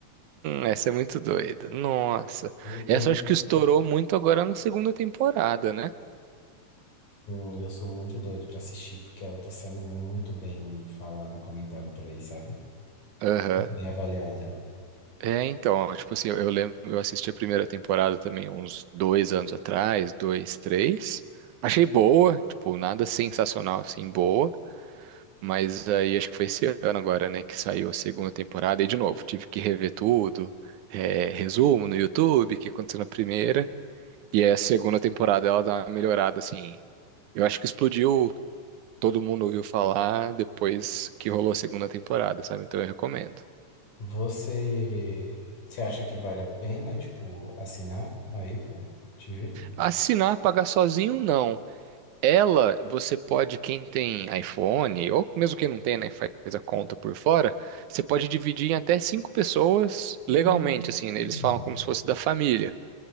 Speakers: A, on the right (about 75°); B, on the left (about 85°).
A: Essa é muito doida. Nossa.
B: Eu tenho
A: Essa
B: muito,
A: eu acho que estourou muito agora na segunda temporada, né?
B: assim, eu sou muito doido pra assistir, porque ela tá sendo muito bem falada, comentada por aí, sabe?
A: Aham.
B: Muito bem avaliada.
A: É, então, ó, tipo assim, eu, eu lembro, eu assisti a primeira temporada também uns dois anos atrás, dois, três. Achei boa, tipo, nada sensacional assim, boa. Mas aí acho que foi esse ano agora, né, que saiu a segunda temporada. E de novo, tive que rever tudo, é, resumo no YouTube, o que aconteceu na primeira. E aí a segunda temporada ela dá uma melhorada, assim. Eu acho que explodiu, todo mundo ouviu falar depois que rolou a segunda temporada, sabe? Então eu recomendo.
B: Você, você acha que vale a pena, tipo, assinar a Apple TV?
A: Assinar, pagar sozinho, não. Ela, você pode, quem tem iPhone, ou mesmo quem não tem, né, faz a conta por fora, você pode dividir em até cinco pessoas
B: Hum,
A: legalmente, assim, né? Eles falam como se fosse da família.